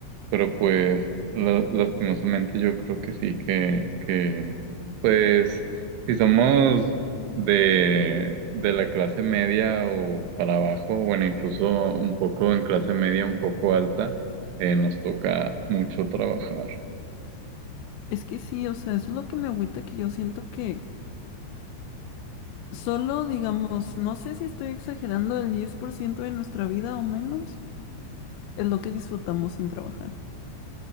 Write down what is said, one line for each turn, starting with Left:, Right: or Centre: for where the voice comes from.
Right: Pero pues la- lastimosamente yo creo que sí, que, que pues si somos de, de la clase media o para abajo, bueno, incluso un poco en clase media, un poco alta, eh, nos toca mucho trabajar.
Left: Es que sí, o sea, eso es lo que me agüita que yo siento que solo, digamos, no sé si estoy exagerando, el 10% de nuestra vida o menos es lo que disfrutamos sin trabajar.